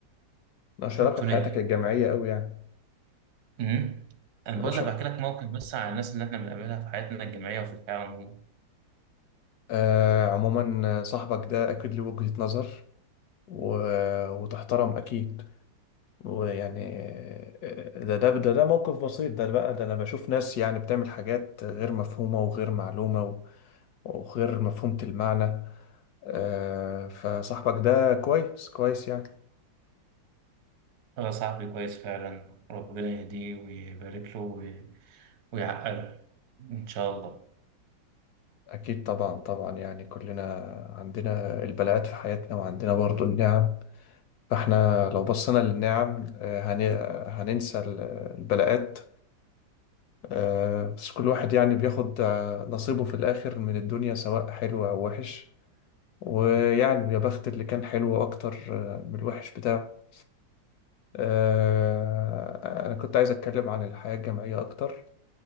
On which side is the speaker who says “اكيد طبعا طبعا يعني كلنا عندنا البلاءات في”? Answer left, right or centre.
Left